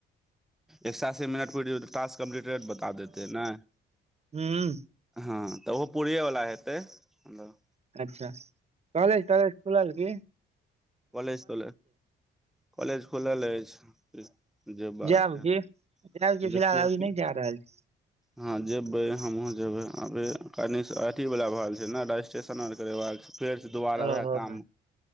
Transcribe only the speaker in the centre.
एक से अस्सी मिनट प तास कम्प्लीटेड रेट बता देते है नै
हँ तऽ ओहो पूरिये वाल्ला हेतै मलब
कॉलेज खो कॉलेज खुलल अछि जेबाक
हइ
देखियौ
की
ह जेबै हमहु जेबै कनी अथी वाल्ला भ रहल छै न रजिस्ट्रेशन करेबाक फेर स दुबारा
उहे काम